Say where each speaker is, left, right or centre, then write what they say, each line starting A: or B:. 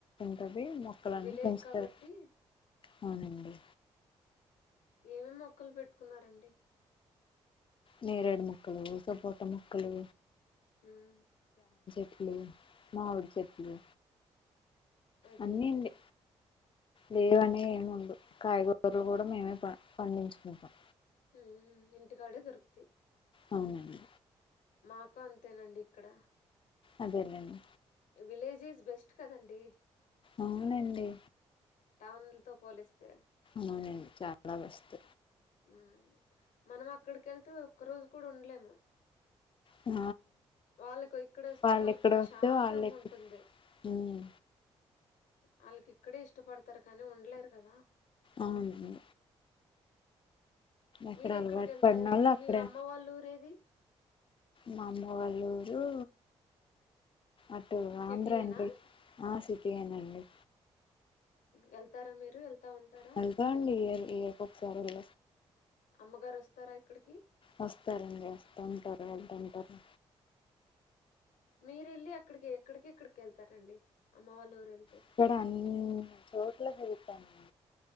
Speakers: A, on the left (about 40°); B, on the left (about 75°).
A: ఉంది మొక్కలన్నీ
B: విలేజ్
A: పెంచుతారు
B: కాబట్టి
A: అవునండి
B: ఏమేం మొక్కలు పెట్టుకున్నారండి
A: నేరేడు మొక్కలు సపోట మొక్కలు
B: హ్మ్
A: చె మావిడి చెట్లు
B: అదేనండి
A: అన్నీ అండి లేవనే ఏముండదూ కాయగూరలు కూడా మేమే పండించుకుంటాం
B: హ్మ్ఇంటికాడే దొరుకుతయి
A: అవునండి.
B: మాకు అంతేనండి ఇక్కడ
A: అదేలేండి
B: విలేజెస్ బెస్ట్ కదండి
A: అవునండి
B: టౌన్ తో పోలిస్తే
A: అవునండి చాలా బెస్ట్
B: ఉ మనం అక్కడికి వెళ్తే ఒక్క రోజు కూడా ఉండలేము
A: ఆ
B: వాళ్ళకు ఇక్కడ వస్తే
A: వాళ్ళు
B: వాళ్ళకి
A: ఎక్కడ
B: ప్రశాంతంగా
A: వస్తే వాళ్ళు ఎక్కడ
B: ఉంటుంది
A: ఉమ్
B: వాళ్ళకి ఇక్కడే ఇష్టపడుతు తరకాని ఉండలేరు కదా
A: అవునండి ఎక్కడ
B: మీరూ ఎక్కడికి
A: అలవాటు
B: వెళ్తారండి
A: పడినోళ్ళు అక్కడే
B: మీ అమ్మ వాళ్ళ ఊరేది
A: మా అమ్మ వాళ్ళ ఊరు అటు
B: సిటీయేనా
A: ఆంధ్ర అండి ఆ సిటి ఏ అండి
B: వెళ్తారా మీరు ఉంటారా
A: వెళ్తాం అండి ఇయర్ ఇయర్ ఒకసారి
B: అమ్మగారు వస్తారా ఇక్కడికి
A: వస్తారండి వస్తుంటారు వెళ్తుంటారు
B: మీరెళ్ళి అక్కడికి ఎక్కడికి ఎక్కడికి ఎళ్తారండి అమ్మ వాళ్ళ ఊరు ఎల్
A: ఇక్కడ అన్ని చోట్ల తిరుగుతన్న